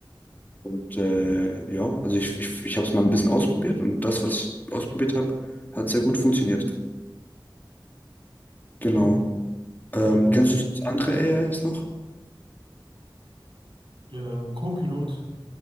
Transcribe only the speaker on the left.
Und äh, ja, also ich, ich, ich habe es mal ein bisschen ausprobiert und das, was ich ausprobiert habe, hat sehr gut funktioniert. Genau.
Ähm,
kennst du das andere AIs noch?